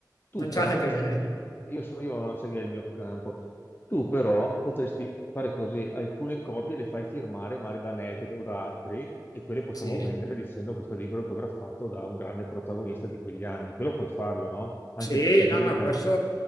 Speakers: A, on the left; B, on the left.
A: Tu
B: mangiare
A: però potresti,
B: bene.
A: io sono io, sai che è il mio campo, tu però potresti fare così, alcune copie le fai firmare magari da Ned o da altri e quelle possiamo
B: Sì,
A: vendere dicendo questo libro è autografato da un grande protagonista di quegli anni, quello puoi farlo, no? Anche
B: sì,
A: il presidente.
B: no, no, questo